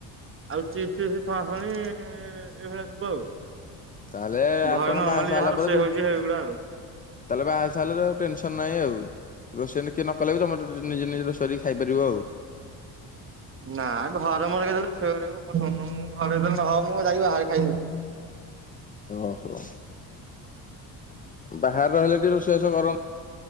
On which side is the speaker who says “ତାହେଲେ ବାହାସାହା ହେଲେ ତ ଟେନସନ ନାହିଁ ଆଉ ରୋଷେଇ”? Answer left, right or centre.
Left